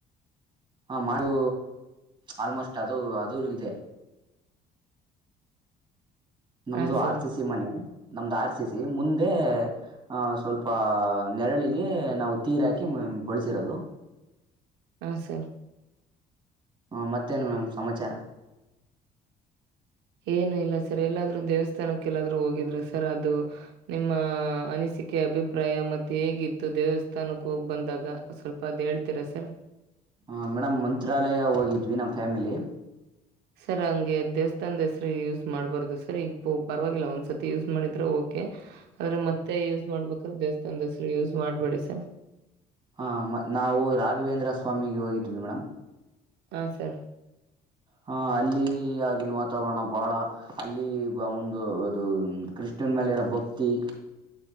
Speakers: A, on the right (about 30°); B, on the right (about 85°).
A: ಹಾ ಮಾಡ್ ಅದೂ ಆಲ್ಮೋಸ್ಟ್ ಅದು ಅದೂನು ಇದೆ. ನಮ್ದು
B: ಹಾ ಸರ್
A: ಆರ್ ಸಿ ಸಿ ಮನೆ. ನಮ್ದು ಆರ್ ಸಿ ಸಿ ಮುಂದೆ ಅ ಸ್ವಲ್ಪ ನೆರಳಿಗೆ ನಾವು ತೀರ್ ಹಾಕಿ ಬಳಸಿರೋದು.
B: ಹ ಸರ್.
A: ಹಾ ಮತ್ತೇನ್ ಮೇಡಮ್ ಸಮಾಚಾರ?
B: ಏನು ಇಲ್ಲ ಸರ್ ಎಲ್ಲಾದರೂ ದೇವಸ್ಥಾನಕ್ಕೆ ಎಲ್ಲಾದರೂ ಹೋಗಿದ್ರ ಸರ್ ಅದು ನಿಮ್ಮ ಅನಿಸಿಕೆ ಅಭಿಪ್ರಾಯ ಮತ್ತು ಹೇಗಿತ್ತು ದೇವಸ್ಥಾನಕ್ಕೆ ಹೋಗ್ಬಂದಾಗ ಸ್ವಲ್ಪ ಅದು ಹೇಳ್ತೀರಾ ಸರ್?
A: ಹ ಮೇಡಮ್ ಮಂತ್ರಾಲಯ ಹೋಗಿದ್ವಿ ನಮ್ ಫ್ಯಾಮಿಲಿ.
B: ಸರ್ ಹಂಗೆ ದೇವಸ್ಥಾನ್ದ್ ಹೆಸರು ಯೂಸ್ ಮಾಡಬಾರ್ದು ಸರ್ ಈಗ ಪ ಪರವಾಗಿಲ್ಲ ಒಂದ್ಸರ್ತಿ ಯೂಸ್ ಮಾಡಿದ್ರೆ ಓಕೆ ಆದರೆ ಮತ್ತೆ ಯೂಸ್ ಮಾಡ್ಬೇಕಾದ್ರೆ ದೇವಸ್ಥಾನ್ದ್ ಹೆಸರು ಯೂಸ್ ಮಾಡಬೇಡಿ ಸರ್.
A: ಹಾ ಮ ನಾವು ರಾಘವೇಂದ್ರ ಸ್ವಾಮಿಗೆ ಹೋಗಿದ್ವಿ ಮೇಡಮ್.
B: ಹಾ ಸರ್.
A: ಹಾ ಅಲ್ಲಿ ಆಗಿನ್ ವಾತಾವರಣ ಬಾಳ ಅಲ್ಲಿ ಬ ಒಂದು ಅದು ಕೃಷ್ಣನ್ ಮೇಲೆ ಇರೋ ಭಕ್ತಿ